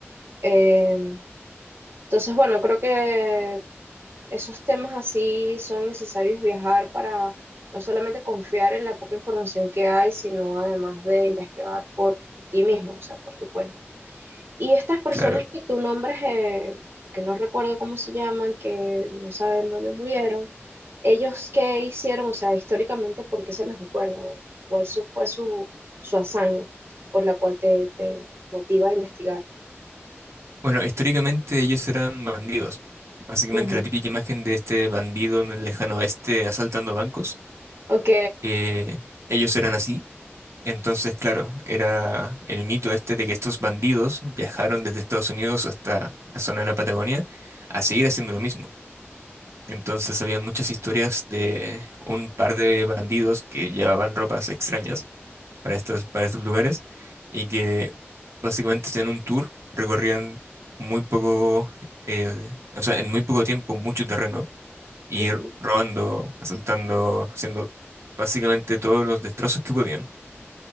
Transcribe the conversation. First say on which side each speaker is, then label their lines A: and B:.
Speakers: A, on the right (about 60°); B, on the right (about 85°).
A: Eh, entonces, bueno, creo que esos temas así son necesarios viajar para no solamente confiar en la poca información que hay, sino además de investigar por ti mismo, o sea, por tu cuenta. Y estas personas
B: Claro.
A: que tú nombras, eh, que no recuerdo cómo se llaman, que no saben dónde murieron, ¿ellos qué hicieron? O sea, históricamente, ¿por qué se les recuerda? ¿O ¿Cuál su- fue su, su hazaña por la cual te, te motiva a investigarlo?
B: Bueno, históricamente ellos eran bandidos. Básicamente
A: Ujú.
B: la típica imagen de este bandido en el lejano oeste asaltando bancos.
A: Ok,
B: eh, ellos eran así. Entonces, claro, era el mito este de que estos bandidos viajaron desde Estados Unidos hasta la zona de la Patagonia a seguir haciendo lo mismo. Entonces, habían muchas historias de un par de bandidos que llevaban ropas extrañas para estos, para estos lugares y que básicamente hacían un tour, recorrían muy poco, eh, o sea, en muy poco tiempo mucho terreno y
A: ujú,
B: ir robando, asaltando, haciendo básicamente todos los destrozos que podían.